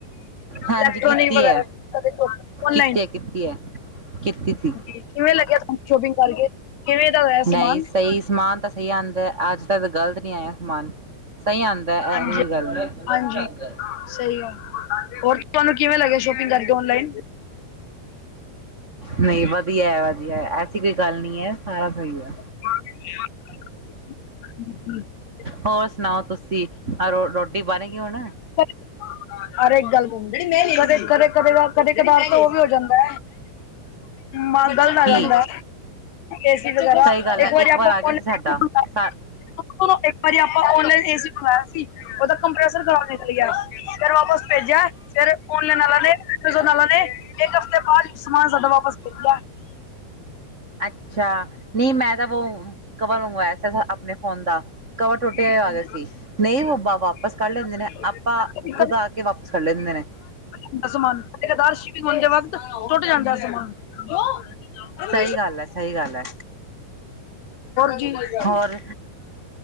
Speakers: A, on the right; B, on the left.
A: ਹਾਂਜੀ
B: ਇਲੈਕਟ੍ਰੋਨਿਕ
A: ਕੀਤੀ
B: ਵਗੈਰਾ,
A: ਹੈ
B: ਔਨਲਾਈਨ।
A: ਕੀਤੀ ਹੈ ਕੀਤੀ ਐ, ਕੀਤੀ ਸੀ।
B: ਜੀ ਕਿਵੇਂ ਲੱਗਿਆ, ਤੁਆਨੂੰ ਸ਼ੋਪਿੰਗ ਕਰਕੇ? ਕਿਵੇਂ ਦਾ ਹੋਇਆ
A: ਨਈਂ,
B: ਸਮਾਨ?
A: ਸਈ ਸਮਾਨ ਤਾਂ ਸਈ ਆਂਦਾ ਅੱਜ ਤਾਂ ਗਲਤ ਨੀਂ ਆਯਾ ਸਮਾਨ, ਸਈ ਆਂਦਾ ਐਹੋ
B: ਹਾਂਜੀ
A: ਜੀ ਗੱਲ ਨੀਂ।
B: ਹਾਂਜੀ ਸਹੀ ਗੱਲ, ਹੋਰ ਤੁਆਨੂੰ ਕਿਵੇਂ ਲੱਗਿਆ ਸ਼ੋਪਿੰਗ ਕਰਕੇ ਓਨਲਾਈਨ?
A: ਨਈਂ, ਵਧੀਆ-ਵਧੀਆ, ਐਸੀ ਕੋਈ ਗੱਲ ਨੀਂ ਐ, ਸਾਰਾ ਸਈ ਐ।
B: <unintelligible>
A: ਹੋਰ ਸੁਣਾਓ ਤੁਸੀਂ, ਅ ਰੋਟੀ ਬਾਨ ਗਈ ਹੋਣ?
B: <inaudible> ਹਰੇ ਗੱਲ ਕ ਕਦੇ, ਕਦੇ, ਕਦੇ ਕਦਾਰ ਤੇ ਓ ਵੀ ਹੋ ਜਾਂਦਾ। ਮਾਲ ਗਲਤ ਆ
A: ਕੀ
B: ਜਾਂਦਾ। ਏਸੀ ਵਗੈਰਾ,
A: ਸਹੀ ਗੱਲ
B: ਇੱਕ
A: ਹੈ
B: ਵਾਰੀ ਆਪਾਂ
A: ਵਾਰ ਆ ਗਿਆ
B: <unintelligible>
A: ਸੀ ਸਾਡਾ
B: ਏਕ ਵਾਰੀ ਆਪਾਂ ਔਨਲਾਈਨ ਏਸੀ ਮੰਗਈਆਂ ਸੀ। ਓਦਾ ਕੰਪ੍ਰੈਸਰ ਖ਼ਰਾਬ ਨਿਕਲ ਗਯਾ, ਫੇਰ ਵਾਪਸ ਭੇਜਿਆ ਫੇਰ ਫੋਨ ਲੈਣ ਵਾਲਾ ਨੇ ਐਮਜ਼ਨ ਵਾਲਾ ਨੇ ਇੱਕ ਹਫ਼ਤੇ ਬਾਅਦ ਸਮਾਨ ਸਾਡਾ ਵਾਪਸ ਭੇਜਿਆ।
A: ਅੱਛਾ, ਨਈਂ ਮੈਂ ਤਾਂ ਵੋ ਕਵਰ ਮੰਗਵਾਈਆਂ ਆਪਣੇ ਫ਼ੋਨ ਦਾ। ਕਵਰ ਟੁੱਟਿਆ
B: ਹਾਂਜੀ
A: ਹੋਯਾ ਆ ਗਯਾ ਸੀ। ਨਈਂ, ਓ ਵਾਪਿਸ ਕਰ
B: ਕਦੇ
A: ਲੈਂਦੇ ਨੇ, ਆਪਾਂ ਖੁਦ ਆ ਕੇ ਵਾਪਿਸ ਕਰੱ ਲੈਂਦੇ ਨੇ।
B: ਸਾਰਾ ਸਮਾਨ <unintelligible> ਸ਼ਿਪਿੰਗ ਹੋਣ ਤੋਂ ਬਾਦ ਟੁੱਟ ਜਾਂਦਾ ਅ ਸਮਾਨ। ਹੋਰ
A: ਸਹੀ ਗੱਲ ਹੈ ਸਹੀ ਗੱਲ ਹੈ
B: ਕੀ ਬਣੀ ਗੱਲ?
A: ਹੋਰ